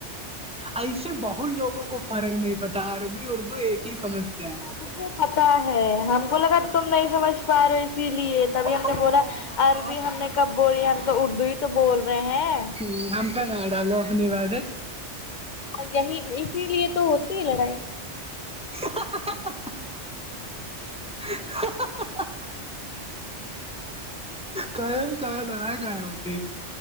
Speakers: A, in the centre; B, on the left.
A: ایسے بہت لوگوں کو فرق نہیں پتا عربی اردو ایک ہی سمجھتے ہیں
B: ہم کو پتا ہے ہم کو لگا تم نہیں سمجھ پا رہے اسی لیے تبھی
A: او
B: ہم نے بولا عربی ہم نے کب بولی ہم تو اردو ہی تو بول رہے ہیں
A: ج ہماں نا ڈا لو اپنی بعد
B: ا یہی اسی لیے تو ہوتی ہی لڑائی
A: <inaudible> <inaudible> کا کہیا ل نہیں کا ہوتی